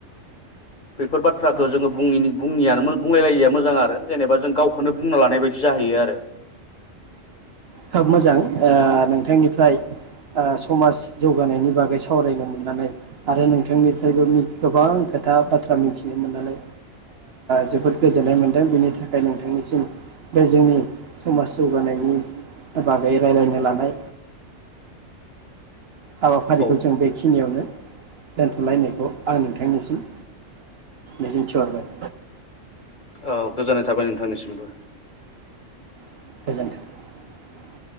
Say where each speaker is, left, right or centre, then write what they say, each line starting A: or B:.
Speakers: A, on the left; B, on the right.
A: बेफोर बाथ्राखौ
B: नंगौ
A: जोङो बुंयिनि बुङियानो मो बुंलायलायिया मोजां आरो जेनेबा जों गावखौनो बुंना लानाय बायदि जाहैयो आरो
B: खोब मोजां नोंथांनिफ्राय समाज जौगानायनि बागै सावरायनो मोननानै आरो नोंथांनिफ्रायबो गोबां खोथा बाथ्रा मिथिनो मोननानै जोबोद गोजोननाय मोनदों बेनि थाखाय नोंथांनिसिम बे जोंनि समाज जौगानायनि बागै रायलायनो लानाय हाबाफारिखौ
A: औ
B: जों बेखिनियावनो दोनथ'लायनायखौ आं नोंथांनिसिम मिजिंथिहरबाय
A: औ गोजोननाय थाबाय नोंथांनिसिमबो
B: गोजोन्थों